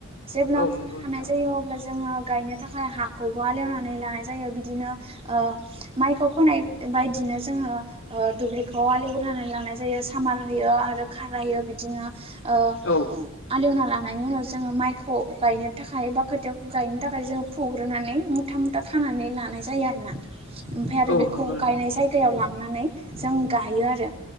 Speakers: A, on the right (about 30°); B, on the left (about 75°).
A: जेब्ला
B: औ
A: फुननो
B: नंगौ
A: हानाय
B: नोंथां
A: जायो अब्ला जोङो गायनो थाखाय हाखौबो हालेवनानै लानाय जायो बिदिनो ओ माइखौ फोनाय बायदिनो जोङो ओ दुब्लिखौ आलेवग्रोनानै लानाय जायो सामार होयो आरो खारायो बिदिनो बिदिनो
B: औ
A: ओ हालेवना लानायनि उनाव जोङो माइखौ गायनो थाखाय बा खोथियाखौ गायनो थाखाय जोङो फुग्रोनानै मुथा मुथा खानानै लानाय जायो आरो ना ओमफ्राय आरो
B: औ
A: बेखौ
B: नंगौ नोंथां
A: गायनाय जायगायाव लांनानै जों गायो आरो